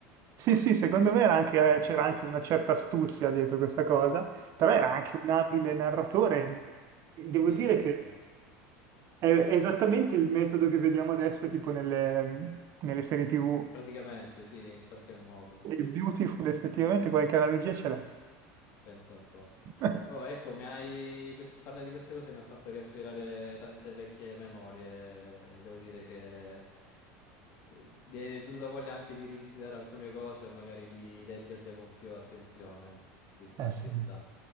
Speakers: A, on the right (about 45°); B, on the left (about 55°).
A: Sì, sì,
B: Dai,
A: secondo me era
B: balcone,
A: anche- eh, c'era anche una certa astuzia dietro questa cosa, però
B: sicuro.
A: era anche un abile narratore. Devo
B: Sì,
A: dire
B: indubbiamente.
A: che è, è esattamente il metodo che vediamo adesso, tipo nelle, nelle serie TV.
B: Praticamente, sì, in qualche modo.
A: Il Beautiful effettivamente qualche analogia ce l'ha.
B: Pensa un po'.
A: <laughs>
B: Oh, ecco, mi hai... quest- parlare di queste cose mi ha fatto riaffiorare tante vecchie memorie. Devo dire che eh, mi è venuta voglia anche di rivisitare alcune cose o magari di leggerle con più attenzione. Ci sta,
A: Eh sì.
B: ci sta.